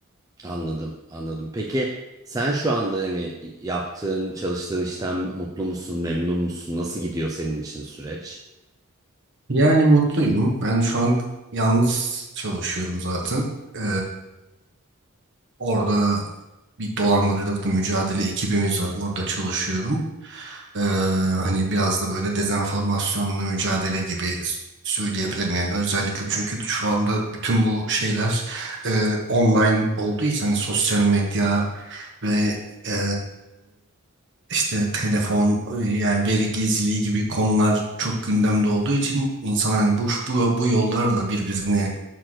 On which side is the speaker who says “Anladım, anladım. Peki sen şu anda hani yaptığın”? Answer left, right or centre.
Right